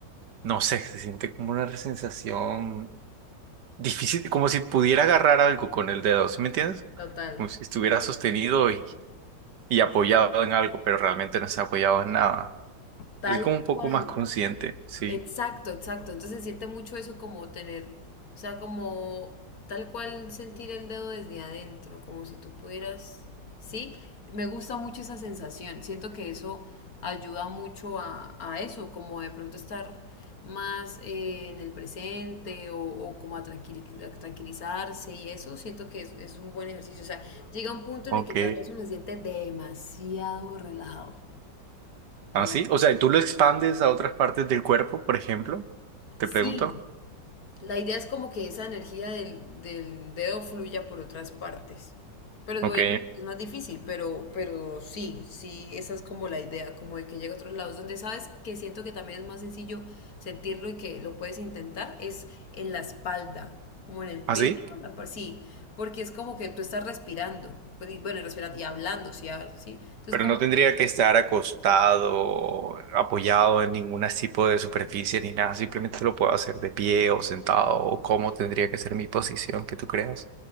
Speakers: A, on the right; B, on the left.
A: no sé, se siente como una sensación difícil, como si pudiera agarrar algo con el dedo, ¿sí me entiendes?
B: total,
A: Como si estuviera sostenido y, y apoyado en algo, pero realmente no se ha apoyado en nada.
B: tal
A: Así como un poco
B: cual.
A: más consciente, sí.
B: Exacto, exacto. Entonces se siente mucho eso como tener, o sea, como tal cual sentir el dedo desde adentro, como si tú pudieras, ¿sí? Me gusta mucho esa sensación. Siento que eso ayuda mucho a, a eso, como de pronto estar más eh, en el presente o, o como a, tranquili- a tranquilizarse y eso, siento que es, es un buen ejercicio. O sea, llega un punto
A: Ok.
B: en el que tal vez uno se siente demasiado relajado.
A: Así,
B: Dem-
A: o sea, ¿tú lo expandes a otras partes del cuerpo, por ejemplo? Te
B: sí.
A: pregunto.
B: La idea es como que esa energía del, del dedo fluya por otras partes. Pero es-
A: Ok.
B: obviamente es más difícil, pero, pero sí, sí, esa es como la idea, como de que llegue a otros lados. Donde sabes que siento que también es más sencillo sentirlo y que lo puedes intentar es en la espalda, como en el pecho,
A: Así,
B: la par- sí, porque es como que tú estás respirando, pues, y bueno, y respirando y hablando, sí, ah, sí. Entonces
A: pero
B: como
A: no tendría
B: que
A: que estar acostado, apoyado en ningún tipo de superficie ni nada. Simplemente lo puedo hacer de pie o sentado o cómo tendría que ser mi posición que tú creas.